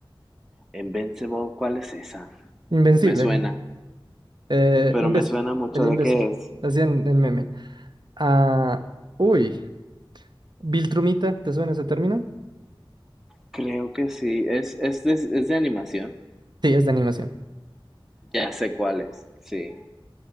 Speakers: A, in the centre; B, on the right.
A: En Invincible, ¿cuál es esa?
B: Invencible.
A: Me suena,
B: Eh,
A: pero
B: imbécil.
A: me suena mucho
B: El imbécil.
A: de qué es.
B: Hacían el meme. Ah, uy. Viltrumita, ¿te suena ese término?
A: Creo que sí, es, es de, es de animación.
B: Sí, es de animación.
A: Ya sé cuál es, sí.